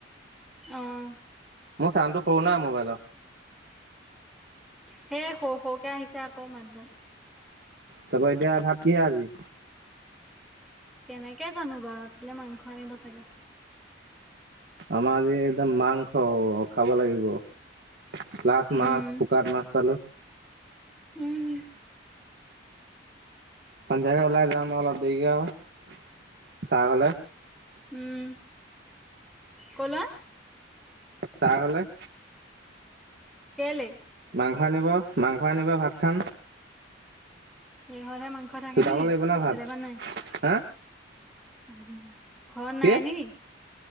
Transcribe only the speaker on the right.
মোৰ চাউণ্ডটো সৰু ন মোবাইল
তাৰপা এতিয়া ভাত কিহে আজি
আমাৰ আজি একদম মাংস খাব লাগিব ল্লাছ
মাছ শুকাত মাছ পালোঁ
সন্ধিয়াকে ওলাই যাম অলপ দেৰিকে আৰু চাহ হলে
চাৰ ঘলে
মাংস আনিব মাংস আনিব ভাতখন
চুটাব
লাগিব না ভাত
হা
কি